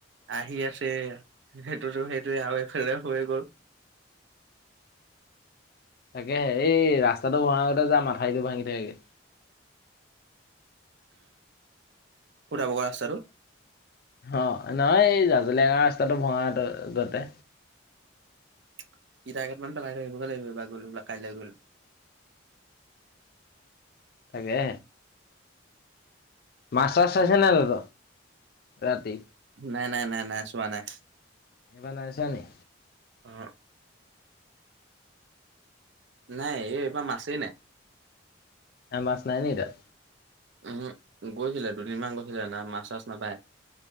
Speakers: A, on the right (about 65°); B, on the left (about 50°).
A: আহি আছে সেইটোতো সেইটোয়ে আৰু এফালে হৈ গ'ল <inaudible>
B: তাকে এই ৰাস্তাটো ভৰাা আগতে যাম মাথাউটো ভাঙি থাকেগে
A: সুধা বগ ৰাস্তাটো
B: অ নহয় এই জাজুলীয়াকা ৰাস্তাটো ভঙাটো গতে
A: <inaudible> জেগট মান পলাই থাকিবগৈ লাগিব বা গ'ললাক কাইলৈ গ'ল
B: তাকে মাছ-চছ চাইছে নাই তত ৰাতি?
A: নাই নাই নাই নাই আ ছোৱা নাই
B: এইবাৰ নাইছা নি
A: অ নাই, এই এইবাৰ মাছেই নাই।
B: এ মাছ নাই ন তাত
A: উম গৈছিলে দুদিনমান গৈছিলে না মাছ চাছ নাপায়